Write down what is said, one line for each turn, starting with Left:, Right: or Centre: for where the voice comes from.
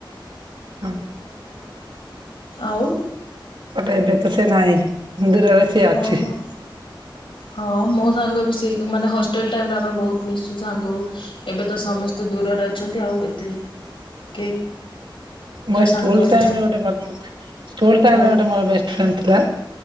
Right: ହଁ
Left: ଆଉ
Right: ବଟ ଏବେ ତ ସିଏ ନାହିଁ। ଦୂରରେ ସିଏ ଅଛି
Left: ଓହୋ। ହଁ ମୋ ସାଙ୍ଗ ବି ସେ ମାନେ ହଷ୍ଟେଲ ଟାଇମରେ ଆମେ ବହୁତ ମିଶୁ ସାଙ୍ଗ ହୋଉ। ଏବେ ତ ସମସ୍ତେ ଦୂରରେ ଅଛନ୍ତି ଆଉ ଏତେ କେହି କା
Right: ମୁଇ ସ୍କୁଲ
Left: ସାଙ୍ଗ ହେଇନା
Right: ଟାଇମ୍ ରେ ଗୋଟେ <unintelligible> ସ୍କୁଲ୍ ଟାଇମ୍‌ରେ
Left: ଓହୋ
Right: ଗୋଟେ ମୋର ବେଷ୍ଟ ଫ୍ରେଣ୍ଡ ଥିଲା